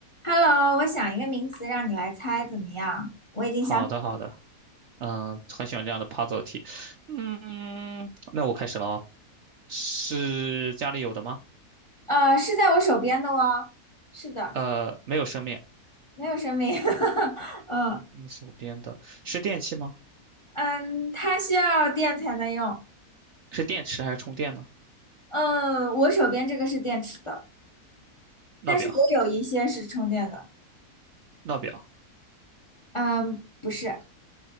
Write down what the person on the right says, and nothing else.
好的，好的，嗯，很喜欢这样的 puzzle 题。嗯，那我开始了哦。是家里有的吗？
呃，没有生命，
你手边的是电器吗？
是电池还是充电呢？
闹表，
闹表，